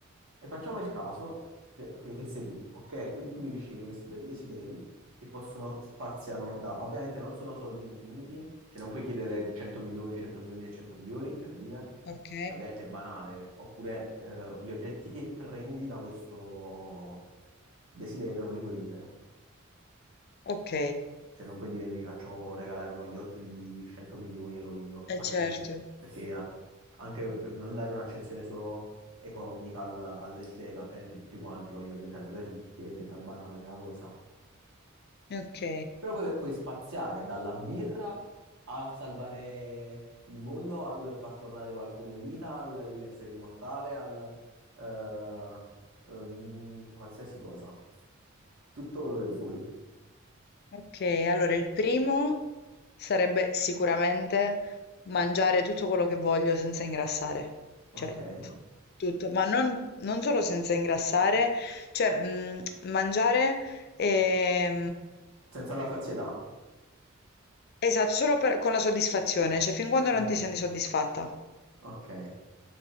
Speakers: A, on the right; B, on the left.
A: E facciamo il caso cioè, che che sei tu, ok? Quindi tu devi scegliere questi tre desideri che possono spaziano da, ovviamente non sono soldi infiniti, cioè non puoi chiedere 100 milioni, 100 milioni e 100 milioni, per dire,
B: Ok.
A: perché ovviamente è banale, per- oppure eh, gli oggetti che prendi da questo desiderio non li puoi vendere.
B: Ok.
A: Cioè, non puoi dire mi faccio regalare uno yacht di 100 milioni e lo vendo e faccio
B: Eh certo.
A: 100. Perché eh, anche per non dare un'accezione solo economica al, al desiderio, altrimenti tutti quanti vogliono diventare super ricchi e diventa banale la cosa.
B: Ok.
A: Però poi puoi spaziare dalla birra al salvare il mondo, al far tornare qualcuno in vita, al- all'essere immortale, al eh, ehm, qualsiasi cosa. Tutto quello che vuoi,
B: Ok. Allora il primo sarebbe sicuramente mangiare tutto quello che voglio senza ingrassare.
A: ok?
B: Cioè, tu- tutto. Ma non, non solo senza ingrassare, cioè, mh, mangiare e,
A: Senza la sazietà.
B: Esatto, solo per- con la soddisfazione, cioè fin quando
A: Ok,
B: non ti senti soddisfatta.
A: ok,